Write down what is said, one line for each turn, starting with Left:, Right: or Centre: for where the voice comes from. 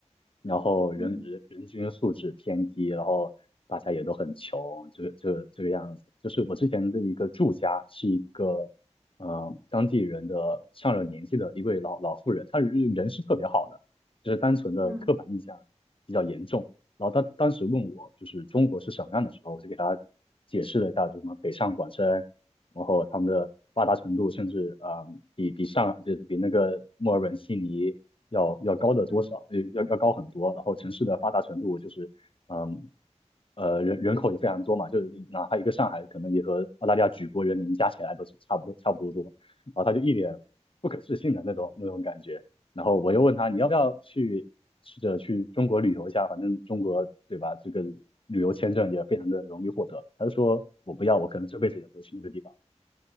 Left: 然后人人人均素质偏低，
Right: 嗯
Left: 然后大家也都很穷，这个这个这个样子。就是我之前的一个住家是一个呃，当地人的上了年纪的一位老老妇人，她人人是特别好的，就是单纯的刻板印象比较严重。
Right: 嗯
Left: 然后她当时问我就是中国是什么样的时候，我就给她解释了一下什么北上广深，然后他们的发达程度甚至啊、呃比比上就是比那个墨尔本、悉尼要要高的多少，
Right: 嗯。
Left: 呃要要高很多。然后城市的发达程度就是嗯，呃，人人口也非常多嘛，就是哪怕一个上海，可能也和澳大利亚举国人民加起来都是差不多差不多多。然后他就一脸不可置信的那种那种感觉。然后我又问他，你要不要去试着去中国旅游一下？反正中国对吧，这个旅游签证也非常的容易获得。他就说我不要，我可能这辈子也不会去那个地方。